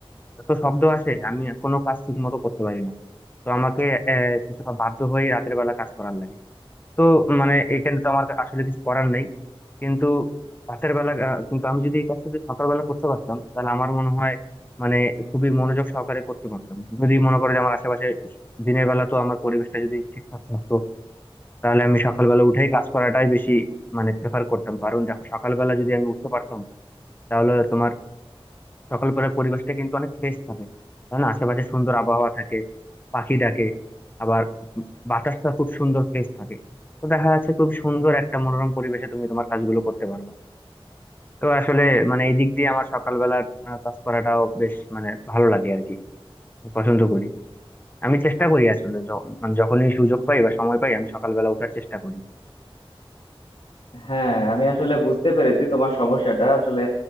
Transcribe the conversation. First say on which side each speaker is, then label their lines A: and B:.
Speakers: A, on the left (about 20°); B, on the left (about 80°).
A: এত শব্দ আসে আমি কোনো কাজ ঠিক মতো করতে পারি না তো আমাকে আহ কিছুটা বাধ্য হয়ে রাতের বেলা কাজ করার লাগে তো মানে এইখানে তো আমার আসলে কিছু করার নেই কিন্তু রাতের বেলা আহ, কিন্তু আমি যদি এই কাজটা যদি সকালবেলা করতে পারতাম তাহলে আমার মনে হয় মানে খুবই মনোযোগ সহকারে করতে পারতাম যদি মনে করো যে আমার আশেপাশে দিনের বেলা তো আমার পরিবেশটা যদি ঠিকঠাক থাকতো তাহলে আমি সকালবেলা উঠেই কাজ করাটাই বেশি মানে প্রেফার করতাম কারণ দেখো সকালবেলা যদি আমি উঠতে পারতাম তাহলে তোমার সকালবেলার পরিবেশটা কিন্তু অনেক ফ্রেশ থাকে তাই না আশেপাশে সুন্দর আবহাওয়া থাকে পাখি ডাকে আবার বাতাসটা খুব সুন্দর ফ্রেশ থাকে তো দেখা যাচ্ছে খুব সুন্দর একটা মনোরম পরিবেশে তুমি তোমার কাজগুলো করতে পারবে তো আসলে মানে এই দিক দিয়ে আমার সকালবেলার আহ, কাজ করাটাও বেশ মানে ভালো লাগে আর কি পছন্দ করি আমি চেষ্টা করি আসলে যখন- মানে যখনই সুযোগ পাই বা সময় পাই আমি সকালবেলা ওঠার চেষ্টা করি
B: হ্যাঁ আমি আসলে বুঝতে পেরেছি তোমার সমস্যাটা আসলে